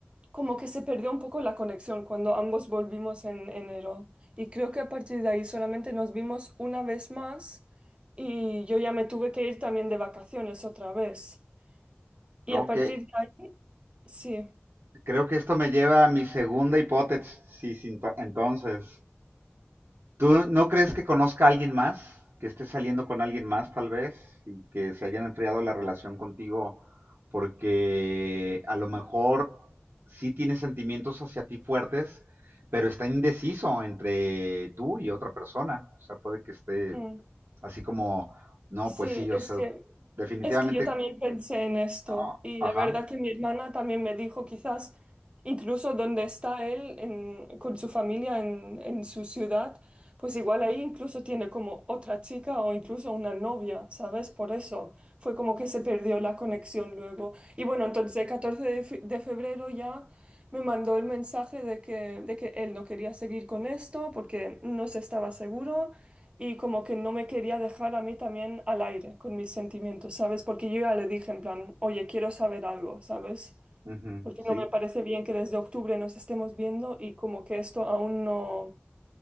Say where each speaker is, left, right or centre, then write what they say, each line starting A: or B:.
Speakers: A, on the right (about 25°); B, on the right (about 65°).
A: como que se perdió un poco la conexión cuando ambos volvimos en enero. Y creo que a partir de ahí solamente nos vimos una vez más y yo ya me tuve que ir también de vacaciones otra vez. Y
B: Ok.
A: a partir de ahí, sí.
B: Creo que esto me lleva a mi segunda hipótesis, sí, sí, ento- entonces. ¿Tú no crees que conozca a alguien más? Que esté saliendo con alguien más, tal vez, y que se hayan enfriado la relación contigo porque a lo mejor sí tiene sentimientos hacia ti fuertes, pero está indeciso entre tú y otra persona. O sea, puede que esté
A: mm.
B: así como, no,
A: Sí,
B: pues sí, o
A: es
B: sea,
A: que,
B: definitivamente,
A: es que yo también pensé en esto
B: ah,
A: y
B: ajá,
A: la verdad que mi hermana también me dijo quizás incluso donde está él en- con su familia en, en su ciudad, pues igual ahí incluso tiene como otra chica o incluso una novia, ¿sabes? Por eso fue como que se perdió la conexión luego. Y bueno, entonces el 14 de, fe- de febrero ya me mandó el mensaje de que, de que él no quería seguir con esto porque no se estaba seguro y como que no me quería dejar a mí también al aire con mis sentimientos, ¿sabes? Porque yo ya le dije en plan, oye, quiero saber algo, ¿sabes?
B: ujú,
A: Porque
B: sí,
A: no me parece bien que desde octubre nos estemos viendo y como que esto aún no,